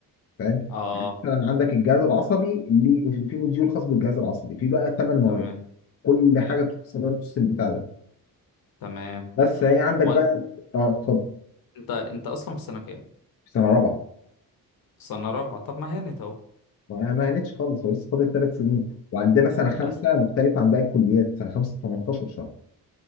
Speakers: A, on the left; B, on the left.
A: فاهم
B: اه
A: مم. مثلا عندك الجهاز العصبي اللي في مديول خاص بالجهاز العصبي في بقى ثمان مواد
B: تمام
A: كل حاجه تخص لك السيستم بتاع ده
B: تمام
A: بس هي عندك
B: هو
A: بقى اه اتفضل
B: انت انت اصلا في سنه كام
A: في سنه رابعه
B: في سنه رابعه طب ما هانت اهو
A: ما ما هنتش خالص هو لسه فاضل ثلاث سنين وعندنا سنه
B: الاهل
A: خمسه مختلف عن باقي الكليات سنه خمسه 18 شهر